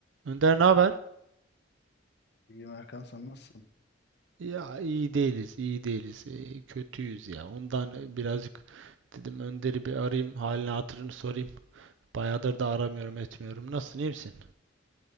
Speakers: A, on the right; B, on the left.
A: Önder ne haber?
B: İyiyim Erkan sen nasılsın?
A: Ya iyi değiliz, iyi değiliz. Ee, kötüyüz ya. Ondan birazcık dedim Önder'i bir arayayım, halini hatırını sorayım. Bayağıdır da aramıyorum, etmiyorum. Nasılsın, iyi misin?